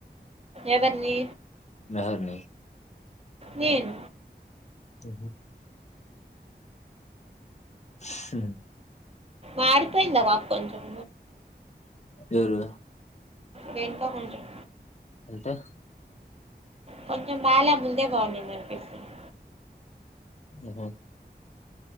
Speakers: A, on the right; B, on the left.
A: ఎవరిని
B: మెహార్ ని
A: నేను
B: ఉహూ హ్మ్
A: మారిపోయింది ఆ పాప కొంచము
B: ఎవరు?
A: రేణుకా కొంచం
B: అంటే
A: కొంచం బాల బు ఇట్లనే బావుండింది అనిపిస్తుంది
B: ఉమ్ హూ